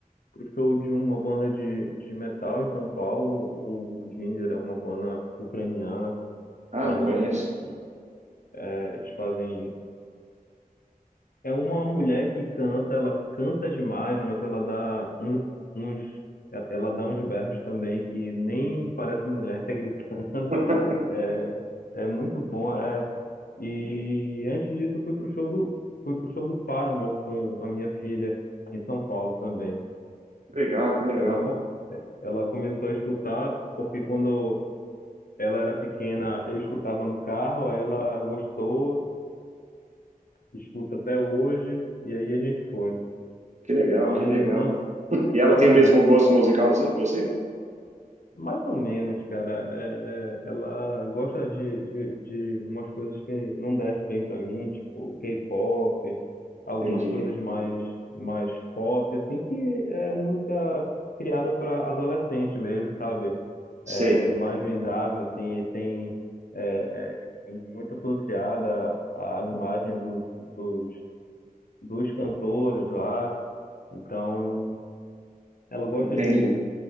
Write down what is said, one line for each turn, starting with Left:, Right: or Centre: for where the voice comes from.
Left: pro show de uma banda de, de metal em São Paulo. O Ginger é uma banda ucraniana.
Right: Ah,
Left: Faz
Right: não conheço.
Left: um, um- é, eles fazem. É uma mulher que canta, ela canta demais, mas ela dá um- uns. e- Ela dá uns berros também que nem parece mulher <laughs> gritando.
Right: <laughs>
Left: É, é muito bom. é, E antes disso, eu fui pro show do, fui pro show do Paramore com a minha filha em São Paulo também.
Right: Que Legal, que legal.
Left: Ela, co- ela começou a escutar porque quando ela era pequena, eu escutava no carro, aí ela gostou, escuta até hoje, e aí a gente foi.
Right: Que legal,
Left: Mas,
Right: que legal.
Left: né,
Right: <laughs> E ela
Left: pois
Right: tem o mesmo
Left: é,
Right: gosto musical assim que você?
Left: Mais ou menos, cara. É- é- ela gosta de, de, de umas coisas que não desce bem pra mim, tipo K-pop, algumas
Right: Entendi.
Left: coisas mais, mais pop, assim, que é música criada para adolescente mesmo, sabe?
Right: Sei.
Left: É mais vendável, assim, e tem é, é, muito associada à imagem dos, dos, dos cantores lá. Então, ela gosta
Right: Entendi.
Left: de